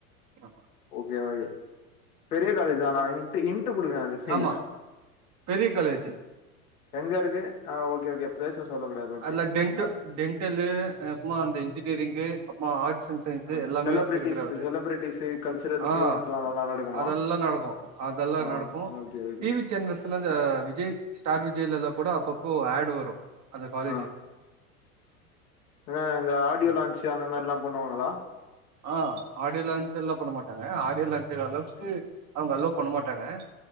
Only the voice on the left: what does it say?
ஓகே ஓகே பெரிய காலேஜ் தா ஆ இன்ட்டு இன் ட்டு குடுங்க அது சை
எங்கருக்கு ஆ ஓகே ஓகே பிளேஸும் சொல்லக்கூடாது ஓகே
ஆ
ஆ
செலிபிரிட்டிஸ்
செலிபிரிட்டிஸ் கல்ச்சுரல்ஸ்
ஈவெண்ட்லாம் நல்லா நடக்குமா
ஆ
ஓகே ஓகே
ஆ ஆ இந்த ஆடியோ
லான்ச்சு அந்த மாரில்லா பண்ணுவாங்களா